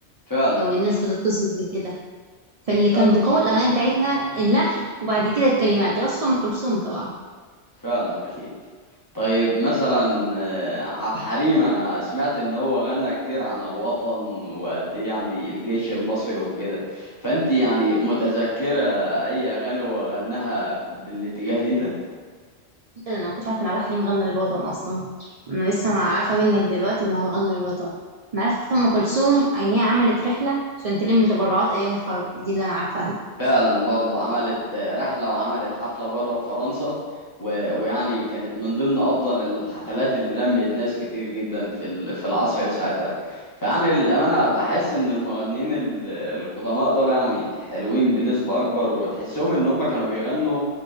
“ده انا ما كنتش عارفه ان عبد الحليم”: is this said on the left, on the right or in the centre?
Right